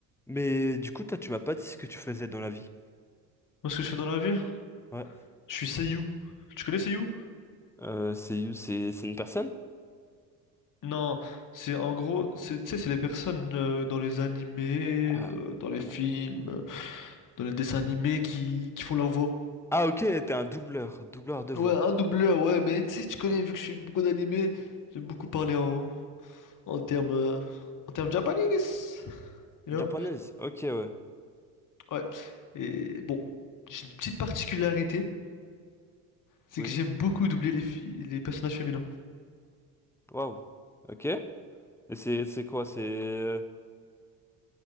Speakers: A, in the centre; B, on the left.
A: Mais du coup, toi, tu m'as pas dit ce que tu faisais dans la vie.
B: Moi, ce que je fais dans la vie,
A: Ouais.
B: je suis Seiyuu. Tu connais Seiyuu?
A: Euh, c'est, c'est, c'est une personne?
B: Non, c'est en gros, c'est, tu sais, c'est les personnes euh, dans les animés,
A: Ah,
B: euh, dans les films,
A: euh,
B: euh, dans les dessins animés qui, qui font leur voix.
A: ah, ok, t'es un doubleur, doubleur de voix.
B: Ouais, un doubleur, ouais, mais tu sais, tu connais, vu que je suis beaucoup d'animés, j'aime beaucoup parler en, en termes euh, en termes japonais, you know?
A: Japonaise, ok, ouais.
B: Ouais. Et bon, j'ai une petite particularité, c'est
A: Oui.
B: que j'aime beaucoup doubler les filles, les personnages féminins.
A: Waouh. Ok. Et c'est, c'est quoi? C'est, euh,